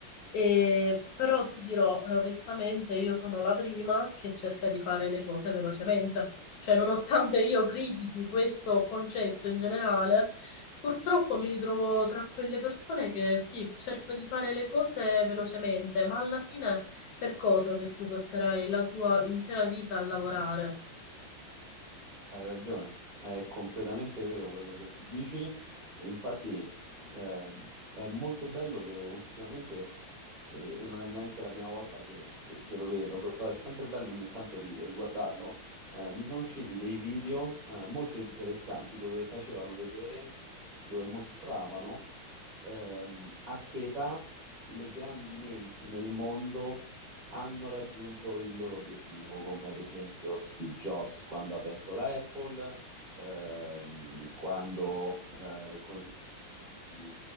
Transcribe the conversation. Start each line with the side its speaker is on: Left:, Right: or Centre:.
Left: e- però ti dirò, eh, onestamente, io sono la prima che cerca di fare le cose velocemente. Cioè, nonostante io critichi questo concetto in generale, purtroppo mi ritrovo tra quelle persone che sì, cerco di fare le cose velocemente, ma alla fine per cosa se tu passerai la tua intera vita a lavorare?
Right: Hai ragione, è completamente vero quello che tu dici. E Infatti, ehm, è molto bello che ultimamente, eh, e non è neanche la prima volta che, che- che lo vedo, però è sempre bello ogni tanto ri- riguardarlo. eh, mi sono usciti dei video, eh, molto interessanti dove facevano vedere, dove mostravano ehm, a che età le grandi menti nel mondo hanno raggiunto il loro obiettivo, come ad esempio Steve Jobs quando ha aperto la Apple, ehm, quando, eh, come si di,